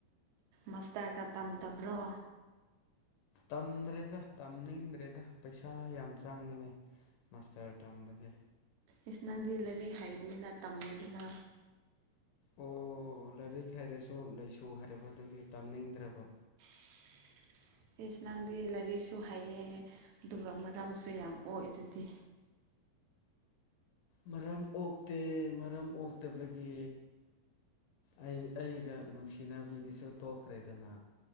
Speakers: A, on the right; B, on the left.
A: ꯃꯥꯁꯇꯔꯒ ꯇꯝꯗꯕ꯭ꯔꯣ
B: ꯇꯝꯗ꯭ꯔꯦꯗ ꯇꯝꯅꯤꯡꯗ꯭ꯔꯦꯗ ꯄꯩꯁꯥ ꯌꯥꯝ ꯆꯪꯉꯤꯅꯦ ꯃꯥꯁꯇꯔ ꯇꯝꯕꯁꯦ
A: ꯏꯁꯆ ꯅꯪꯗꯤ ꯂꯥꯏꯔꯤꯛ ꯍꯩꯕꯅꯤꯅ ꯇꯝꯃꯗꯨꯅ
B: ꯑꯣ ꯂꯥꯏꯔꯤꯛ ꯍꯥꯏꯩꯔꯁꯨ ꯂꯩꯥꯏꯁꯨ ꯍꯥꯏꯔꯕꯗꯨꯒꯤ ꯇꯝꯅꯤꯡꯗ꯭ꯔꯕ
A: <inaudible> ꯑꯦꯁ ꯅꯪꯗꯤ ꯂꯥꯏꯔꯤꯛꯁꯨ ꯍꯩꯌꯦ ꯑꯗꯨꯒ ꯃꯔꯝꯁꯨ ꯌꯥꯝ ꯑꯣꯏ ꯑꯗꯨꯗꯤ
B: ꯃꯔꯝ ꯑꯣꯛꯇꯦ ꯃꯔꯝ ꯑꯣꯛꯇꯕꯒꯤ ꯑꯩ ꯑꯩꯒ ꯅꯨꯡꯁꯤꯅꯕꯤꯗꯨꯁꯨ ꯇꯣꯛꯈ꯭ꯔꯦꯗꯅ